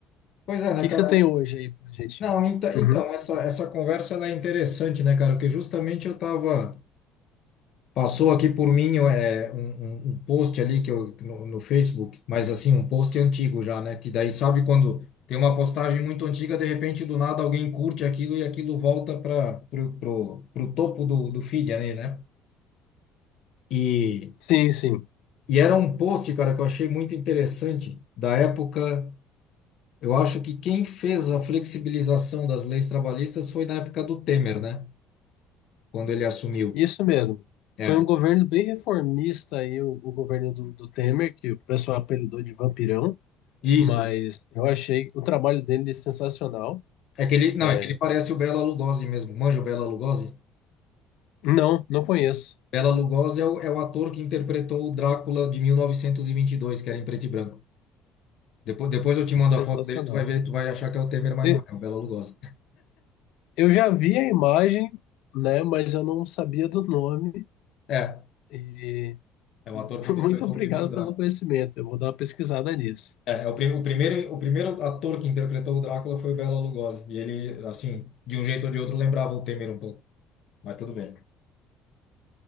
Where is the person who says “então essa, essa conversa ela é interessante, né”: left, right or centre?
Left